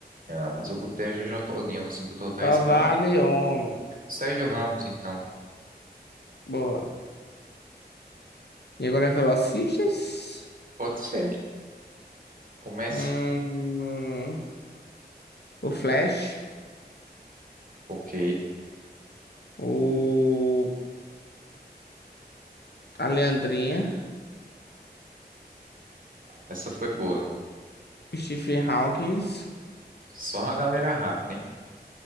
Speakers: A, on the right; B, on the left.
A: Não, mas eu botei a Jojo Todinho. Você botou Thaís
B: Só
A: Carla?
B: vale homem.
A: Sérgio Ramos, então.
B: Boa. E agora é Velocistas.
A: Pode ser. Comece.
B: Hum, o Flash.
A: Ok.
B: O... A Leandrinha.
A: Essa foi boa.
B: O Stephen Hawkins.
A: Só a galera rápida, hein?